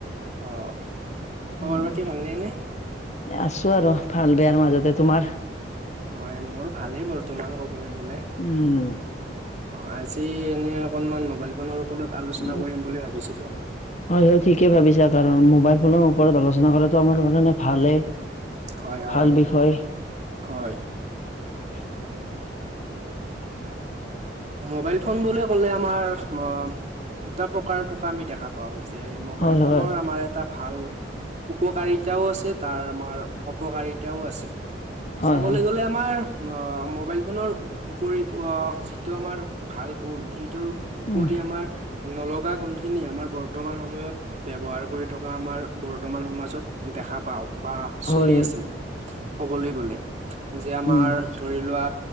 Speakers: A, on the right; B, on the left.
A: অ খবৰ
B: উম
A: পাতি ভালনে নে
B: আছো আৰু ভাল বেয়াৰ মাজতে তোমাৰ
A: হয় মোৰ ভালেই বৰ্তমান ক'বলৈ গলে
B: উম
A: অ আজি এনে অকনমান মোবাইল ফোনৰ ওপৰত আলোচনা
B: উ
A: কৰিম বুলি ভাবিছিলো
B: হয় সে ঠিকে ভাবিছা আ কাৰণ মোবাইল ফোনৰ ওপৰত আলোচনা কৰাতো আমাৰ কাৰণে ভালেই
A: হয় হয়
B: ভাল বিষয়
A: হয়
B: <inaudible>
A: মোবাইল ফোন বুলি ক'লে আমাৰ অ দুটা প্ৰকাৰ থকা আমি দেখা পাওঁ যে মোবাইল
B: হয়
A: ফোনৰ
B: হয়
A: আমাৰ এটা ভাল উপকাৰিতাও আছে তাৰ আমাৰ অপকাৰিতাও আছে
B: হয়
A: চাবলৈ
B: হয়
A: গ'লে আমাৰ মোবাইল ফোনৰ উপৰিও যিটো আমাৰ ভাল গুণ সেই টোৰ উপৰি
B: উম
A: আমাৰ নলগা গুণখিনি আমাৰ বৰ্তমান সময়ত ব্যৱহাৰ কৰি থকা আমাৰ বৰ্তমান সমাজত দেখা পাওঁ বা
B: হয়
A: চলি আছে কবলৈ গলে যে আমাৰ
B: উম
A: ধৰি ল বা